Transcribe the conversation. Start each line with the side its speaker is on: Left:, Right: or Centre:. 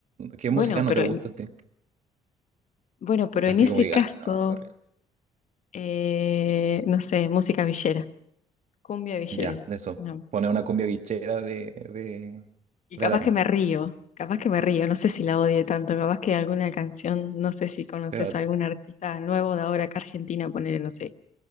Right: ¿Qué
Left: Bueno,
Right: música no
Left: pero
Right: te gusta
Left: en,
Right: a ti?
Left: bueno, pero
Right: Así
Left: en ese
Right: como diga,
Left: caso,
Right: no, Gabriel".
Left: eh, no sé, música villera, cumbia villera.
Right: Ya, de eso.
Left: no.
Right: pone una cumbia guichera de, de,
Left: Y
Right: de
Left: capaz
Right: alarma.
Left: que me río, capaz que me río, no sé si la odie tanto, capaz que alguna canción, no sé si conoces
Right: Pero
Left: a algún artista nuevo de ahora acá Argentina, ponele, no sé,